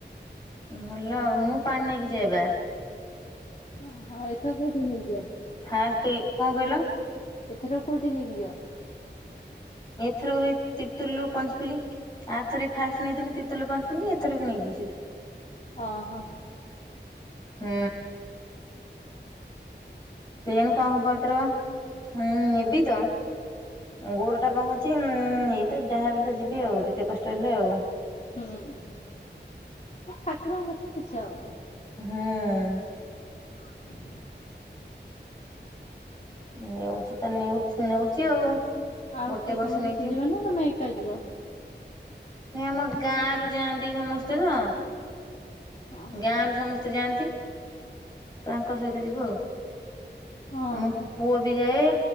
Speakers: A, on the left (about 20°); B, on the left (about 40°).
A: ଭଲ ଆଉ ମୁଁ ପାଣି ନେଇକି ଯାଏବା।
B: ଓ ହଁ ଏଥ କୋଉଠି ନେଇଯିଅ।
A: ଫାଷ୍ଟ କଁ କହିଲ?
B: ଏଥର କୋଉଠି ନେଇକି ଜିଅ।
A: ଏଥର ସେ ତିର୍ତୁଲୁ ପଞ୍ଚପୁଲି। ଆର୍ଥରେ ଫାଷ୍ଟ ନେଇଥିଲିତିର୍ତଲ ପଞ୍ଚ ପିଲି ଏଥରକୁ ନେଇଯି ସେ।
B: ଅ ହ।
A: ହୁଁ। କେୟାଣୀ କଣ ହବ ଏକ ଉଁ ନେବି ତ ଗୋଡ ଟା କଣ ହଉଛି ଏଇତ ଯାହାବ ତ ଯିବି ଆଉ ଯେତେ କଷ୍ଟ ହେଲେ ଆଉ।
B: ହୁଁ ଠାକୁରଙ୍କ କଥା କିଛି ହବନି।
A: ହୁଁ। ହୁଁ।
B: <inaudible>
A: ନଉଛି ତ ନେଉଛି ନେଉଛି ଆଉ।
B: ଆଉ
A: ଗୋଟେ
B: କିଏ
A: ବର୍ଷ
B: ତମ
A: ନେଇଛି।
B: ସହିତ ଯିବ ନା ତମେ ଏକା ଯିବ?
A: ନାଇଁ ଆମ ଗାଁ ରୁ ଯାଆନ୍ତି ସମସ୍ତେ ତ।
B: ଅହଁ
A: ଗାଁରୁ ସମସ୍ତେ ଯାଆନ୍ତି। ତାଙ୍କ ସହିତ ଯିବୁ ଆଉ।
B: ଓ
A: ଆମ
B: ହୋ।
A: ପୁଅ ବି ଯାଏ